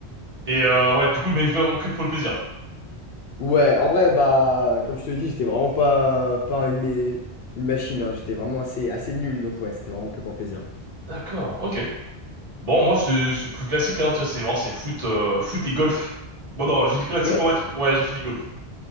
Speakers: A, on the right; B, on the left.
A: Et euh, ouais, du coup, mais vraiment que pour le plaisir.
B: Ouais, en vrai, bah, comme je te le dis, j'étais vraiment pas, pas une, mé- une machine. hein. J'étais vraiment assez, assez nul. Donc, ouais, c'était vraiment que pour plaisir.
A: D'accord, ok. Bon, moi, c'est c'est plus classique, hein, tu vois, c'est vraiment, c'est foot, euh, foot et golf. Bon, non, j'ai dit classique,
B: Golf?
A: en fait. Ouais, j'ai fait du golf.